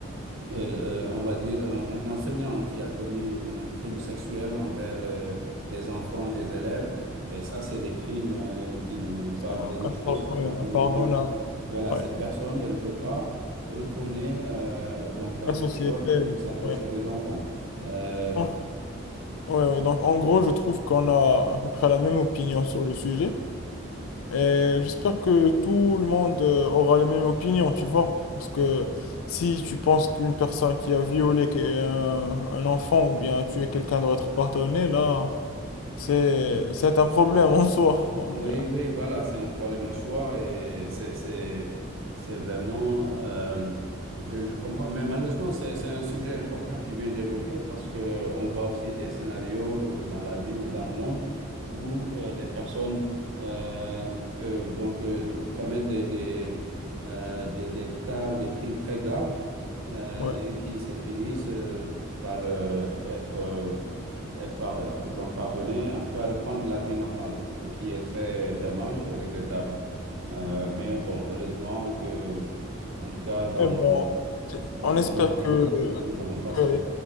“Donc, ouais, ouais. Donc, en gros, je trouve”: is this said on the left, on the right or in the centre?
Left